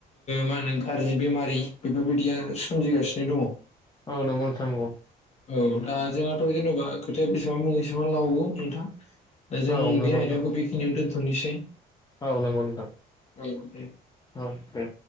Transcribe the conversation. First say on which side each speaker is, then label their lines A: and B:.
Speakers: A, on the left (about 40°); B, on the left (about 25°).
A: मा होनो गाज्रि बेमारि बेफोरबायदिया सोमजिगासिनो दङ।
B: औ नंगौ नोंथां नंगौ
A: औ दा जोंहाथ' जेन'बा खोथाया बेसेबां मुङ बेसेबां लबगौ नोंथां। दा
B: औ
A: जों
B: नंगौ
A: बे
B: नोंथां
A: आयदाखौ बेखिनियावनो दोनथ'नोसै।
B: औ नंगौ नोंथां।
A: आ दे
B: औ दे